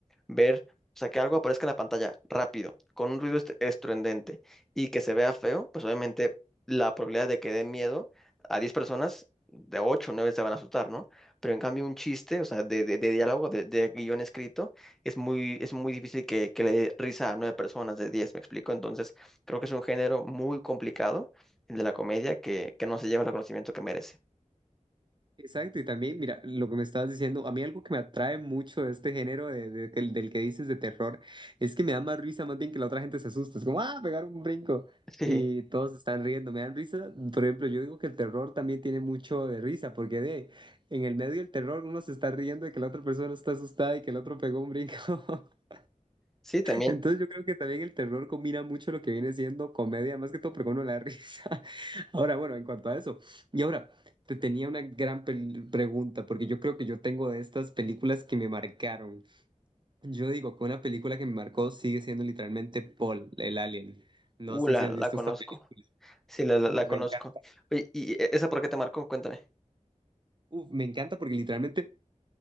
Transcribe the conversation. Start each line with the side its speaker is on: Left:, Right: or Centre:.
Centre: ver, o sea, que algo aparezca en la pantalla rápido, con un ruido est- estruendente y que se vea feo, pues obviamente la probabilidad de que dé miedo a 10 personas, de 8 o 9 se van a asustar, ¿no? Pero en cambio un chiste, o sea, de, de- de diálogo, de, de guión escrito, es muy, es muy difícil que, que le dé risa a nueve personas de diez ¿me explico? Entonces, creo que es un género muy complicado, el de la comedia, que, que no se lleva el reconocimiento que merece.
Right: Exacto, y también, mira, lo que me estabas diciendo, a mí algo que me atrae mucho de este género de- de- del, del que dices de terror, es que me da más risa más bien que la otra gente se asusta, es como, ah, pegar un brinco,
Centre: <laughs> Sí,
Right: y todos están riendo, me dan risa, por ejemplo, yo digo que el terror también tiene mucho de risa, porque de, en el medio del terror uno se está riendo de que la otra persona está asustada y que el otro pegó un brinco, <laughs>
Centre: sí, también.
Right: Entonces yo creo que también el terror combina mucho lo que viene siendo comedia, más que todo, pero con uno la risa. <laughs> Ahora, bueno, en cuanto a eso. Y ahora, te tenía una gran pel- pregunta, porque yo creo que yo tengo de estas películas que me marcaron. Yo digo que una película que me marcó sigue siendo literalmente Paul, el alien. No
Centre: Uh,
Right: sé
Centre: la,
Right: si has visto
Centre: la conozco.
Right: esta película.
Centre: Sí, la, la,
Right: <laughs>
Centre: la
Right: Uf,
Centre: conozco.
Right: me encanta.
Centre: Oye, ¿y e, esa por qué te marcó? Cuéntame.
Right: Uf, me encanta porque literalmente